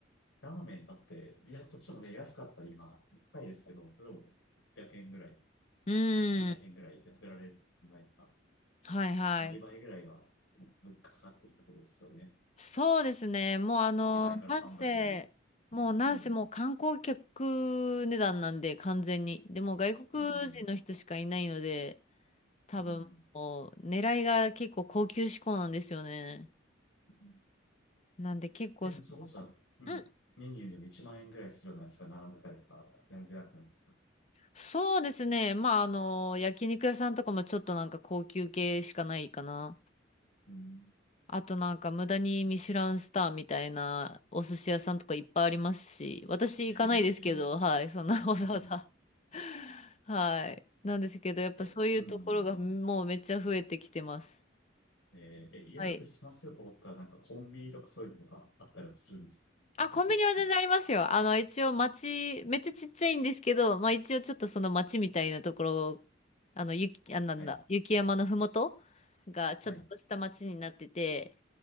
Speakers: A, on the left; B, on the left.
A: ラーメンだって、いや、こっちもね、安かったら今、高いですけど、それも800円ぐらい、
B: うん。
A: 7
B: う
A: 0円ぐらいで食べられる場合とか、
B: はいはい。
A: まあ、2倍ぐらいは物価かかってるところですよね。
B: そうですね。もうあの、
A: 2倍から3倍ぐらい。
B: なんせ、もうなんせもう観光客値段なんで完全に。
A: うん。
B: でも外国人の人しかいないので、
A: うん。
B: 多分もう狙いが結構高級志向なんですよね。
A: うん。うん
B: なんで結構その、
A: え、でもそこじゃ、うん。
B: うん
A: メニューよりも1万円ぐらいするようなやつが並んでたりとか、全然あるんですか
B: そうですね。まああの、焼肉屋さんとかもちょっとなんか高級系しかないかな。
A: うん。
B: あとなんか無駄にミシュランスターみたいなお寿司屋さんとかいっぱいありますし、私行かないですけど、
A: えー
B: はい、そんな <laughs> わざわざ
A: うん。
B: <laughs>。はい。なんですけど、やっぱそういうところがもうめっちゃ増えてきてます。
A: え、うん。えーえ、安く済ませようと思ったら、
B: はい。
A: なんかコンビニとかそういうのがあったりもするんですかあったりする。
B: あ、コンビニは全然ありますよ。あの、一応街、めっちゃちっちゃいんですけど、まあ一応ちょっとその街みたいなところ、あの、雪、あ、なんだ、
A: はい。
B: 雪山のふもとがちょっとした街になってて、
A: はい。